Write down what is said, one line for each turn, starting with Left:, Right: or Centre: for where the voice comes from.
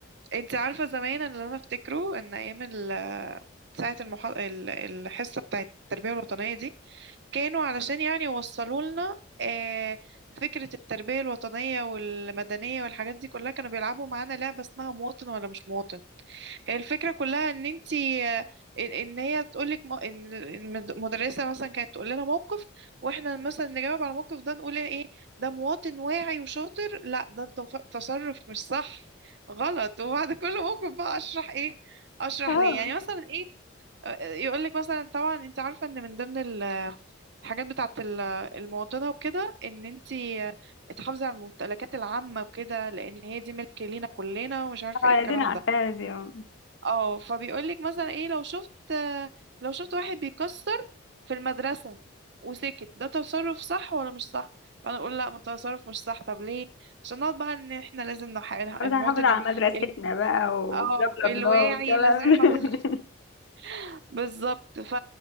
Right: انتي عارفة زمان أنا اللي انا افتكره ان ايام ال- ساعة المح... ال- الحصة بتاعت التربية الوطنية دي كانوا علشان يعني يوصلوا لنا آه، فكرة التربية الوطنية والمدنية والحاجات دي كلها كانوا بيلعبوا معانا لعبة اسمها مواطن ولا مش مواطن الفكرة كلها ان انتي ان إن هي تقولك م- ان إن المدرسة مثلا كانت تقول لنا موقف واحنا مثلا نجاوب على الموقف ده نقول ايه ده مواطن واعي وشاطر لا ده تف- تصرف مش صح غلط وبعد كل موقف بقى اشرح ايه اشرح
Left: اه
Right: ليه يعني مثلا ايه يقولك مثلا طبعا انت عارفة ان من ضمن ال- الحاجات بتاعت ال- المواطنة وكده ان انتي تحافظي على الممتلكات العامة وكده لان هي دي ملك لينا كلنا ومش عارفة
Left: آه، عايزين
Right: ايه الكلام
Left: عارفاها
Right: ده
Left: دي اه
Right: اه فبيقولك مثلا ايه لو شفت آه، لو شفت واحد بيكسر في المدرسة وسكت ده تصرف صح ولا مش صح فانا اقول لا ما تصرف مش صح طب ليه عشان نقعد بقى ان احنا لازم نح... المواطن
Left: بس هنحافظ على مدرستنا
Right: ال...
Left: بقى وبلا
Right: اه
Left: بلا
Right: الواعي
Left: بلا والكلام
Right: لازم
Left: <laughs>
Right: يحافظ <laughs> بالظبط ف